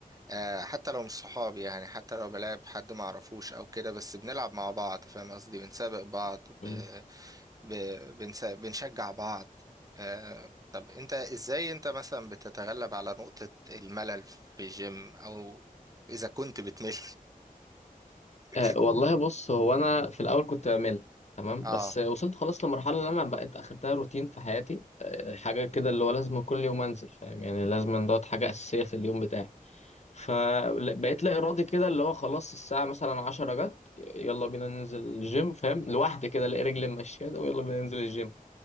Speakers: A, on the right; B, on the left.
A: آه، حتى لو مش صحابي يعني حتى لو بلعب حد ما اعرفوش او كده بس بنلعب مع بعض فاهم قصدي بنسابق بعض
B: مم.
A: ب... ب- بنس- بنشجع بعض آه، طب انت ازاي انت مثلا بتتغلب على نقطة الملل في الجيم او اذا كنت بتمل <laughs>
B: أه والله بص هو أنا في الأول كنت بمل تمام
A: اه
B: بس وصلت خلاص لمرحلة اللي أنا بقيت أخدتها روتين في حياتي أه حاجة كده اللي هو لازم كل يوم أنزل فاهم يعني لازم دوت حاجة أساسية في اليوم بتاعي فبقيت لا إرادي كده اللي هو خلاص الساعة مثلا عشرة جت يلا بينا ننزل الجيم فاهم لوحدي كده الاقي رجلي ماشية ويلا بينا ننزل الجيم